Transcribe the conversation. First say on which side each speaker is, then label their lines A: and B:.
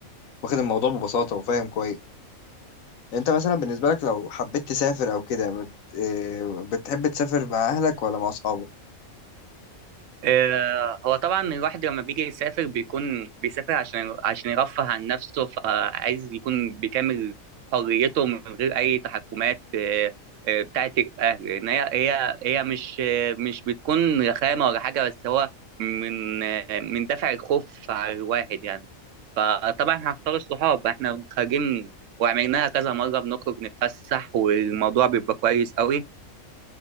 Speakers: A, on the left; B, on the right.
A: واخد الموضوع ببساطة وفاهم كويس يعني انت مثلا بالنسبة لك لو حبيت تسافر او كده بت... آه، بتحب تسافر مع اهلك ولا مع اصحابك
B: آه، هو طبعا الواحد لما بيجي يسافر بيكون بيسافر عشان عشان يرفه عن نفسه فعايز يكون بكامل حريته من غير اي تحكمات آه، آه، بتاعت الاهل ان هي هي هي مش آه، مش بتكون رخامه ولا حاجه بس هو من آه، من دافع الخوف على الواحد يعني فطبعا هختار الصحاب احنا خارجين وعملناها كذا مره بنخرج نتفسح والموضوع بيبقى كويس قوي